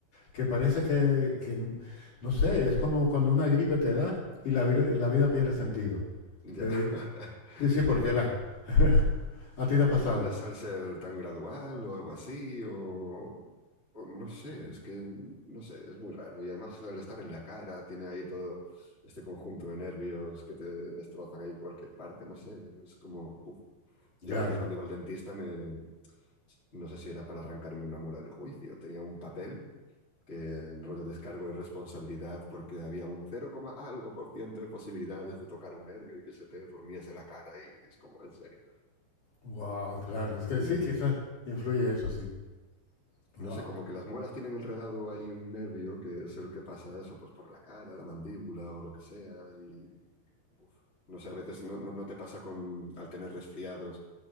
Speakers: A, on the left (about 50°); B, on the left (about 15°).
A: que parece que, que n- no sé, es como cuando una gripe te da y la, vida y la vida pierde sentido.
B: ya.
A: Que-
B: <laughs>
A: sí, sí, porque
B: Bueno,
A: la... <laughs> ¿A ti te ha pasado?
B: Igual les al ser tan gradual o algo así, o, o no sé, es que no sé, es muy raro. Y además al estar en la cara, tiene ahí todo este conjunto de nervios que te destrozan ahí cualquier parte, no sé, es como, puf. Yo
A: Claro.
B: a veces cuando iba al dentista me, no sé si era para arrancarme una mula del juicio, tenía un papel que en rollo descargo de responsabilidad porque había un cero coma algo por ciento de posibilidades de tocar un nervio y que se te durmiese la cara y es como, en serio.
A: Wow, claro. Es que
B: Y... eh,
A: sí, quizás influye eso, sí. Wow.
B: No sé, como que las muelas tienen enredado ahí un nervio que es el que pasa eso, pues por la cara, la mandíbula o lo que sea. Y, uf, no sé, a veces no, no, no te pasa con, al tener resfriados,